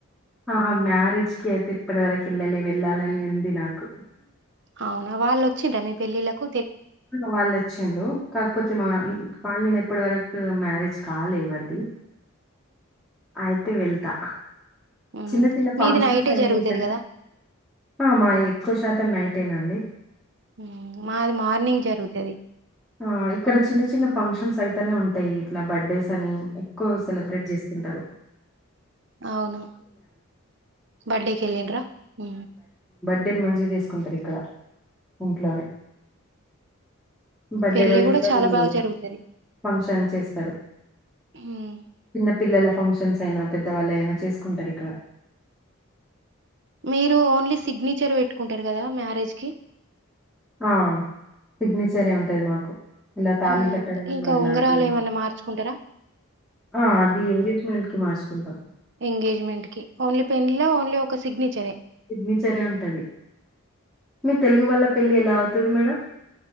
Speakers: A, in the centre; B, on the right (about 55°).
A: ఆహా మ్యారేజ్కి అయితే ఇప్పటి వరకు ఎళ్ళలే వెళ్ళాలని ఉంది నాకు
B: అవునా వాల్ వచ్చింరా మీ పెళ్ళిళ్లకు
A: వాళ్ళు వచ్చిన్లు కాకపోతే మా కాలనీలో ఇప్పటి వరకు మ్యారేజ్ కాలే ఎవరిది అయితే వెళ్తా
B: హ్మ్
A: చిన్న చిన్న
B: మీది
A: ఫంక్షన్స్
B: నైటే
A: అయినయి
B: జరుగుతది
A: కానీ
B: కదా
A: ఆ మాయి ఎక్కువ శాతం నైట్ టెనండి
B: హ్ మాది మార్నింగ్ జరుగుతది.
A: ఆ ఇక్కడ చిన్న చిన్న ఫంక్షన్స్ అయితనే ఉంటయి. ఇట్ల బర్త్డేస్ అని ఎక్కువ సెలబ్రేట్ చేస్కుంటరు
B: అవును బడ్డేకి ఎల్లింరా హ్
A: బర్త్డేని మంచిగా చేసుకుంటారు ఇక్కడ ఇంట్లోనే బర్త్డే
B: పెళ్ళి
A: రోజు
B: కూడా
A: గుడా
B: చాలా
A: వీళ్ళు
B: బాగా జరుగుతది
A: ఫంక్షన్ చేస్తారు
B: హ్మ్
A: చిన్న పిల్లల ఫంక్షన్స్ అయినా పెద్దవాళ్ళు అయినా చేసుకుంటర్ ఇక్కడ
B: మీరు ఓన్లీ సిగ్నేచర్ పెట్టుకుంటరు కదా మ్యారేజ్ కి
A: ఆ సిగ్నేచరే ఉంటది మాకు ఇలా తాళి
B: ఆ
A: కట్టడం
B: ఇంకా
A: అలాంటి
B: ఉంగరాలు ఏమన్నా మార్చుకుంటారా
A: ఆ అది ఎంగేజ్మెంట్ కి మార్చుకుంటాం
B: ఎంగేజ్మెంట్కి ఓన్లీ పెళ్లిల ఓన్లీ ఒక సిగ్నేచరే
A: సిగ్నేచరే ఉంటది మీ తెలుగు వాళ్ళ పెళ్ళి ఎలా అవుతది మేడం